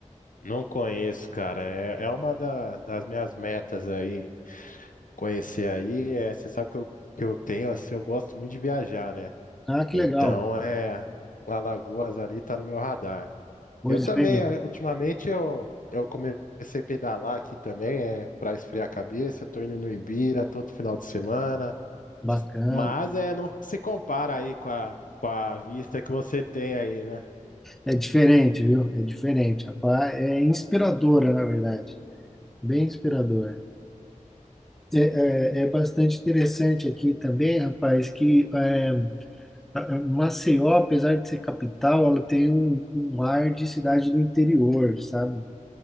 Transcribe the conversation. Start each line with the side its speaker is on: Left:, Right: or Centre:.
Left: Não conheço, cara. É, é uma da- das minhas metas aí. Conhecer aí, é, você sabe que eu, que eu tenho, assim, eu gosto muito de viajar, né?
Centre: Ah, que
Left: Então,
Centre: legal.
Left: é, Alagoas ali tá no meu radar.
Centre: Pois
Left: Eu também,
Centre: bem,
Left: eh, ultimamente eu, eu comecei a pedalar aqui também, é para esfriar a cabeça, tô indo no Ibira todo final de semana,
Centre: bacana.
Left: mas é não se compara aí com a, com a vista que você tem aí, né?
Centre: É diferente, viu? É diferente. Rapaz, É inspiradora, na verdade. Bem inspiradora. É, é, é bastante interessante aqui também, rapaz, que é, a- a Maceió, apesar de ser capital, ela tem um, um ar de cidade do interior, sabe?